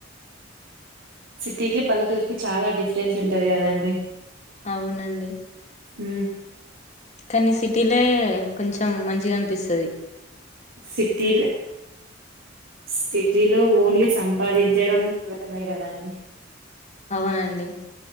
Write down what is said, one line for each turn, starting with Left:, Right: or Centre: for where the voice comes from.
Right: సిటీ క పల్లెటూరుకి చాలా డిఫరెంట్ ఉంటది కదా అండి
Left: అవునండి
Right: ఉ
Left: కానీ సిటీలే కొంచెం మంచిగా అనిపిస్తుది
Right: సిటీ సిటీలో ఓన్లీ సంపాదించడంమే కదండి
Left: అవునండి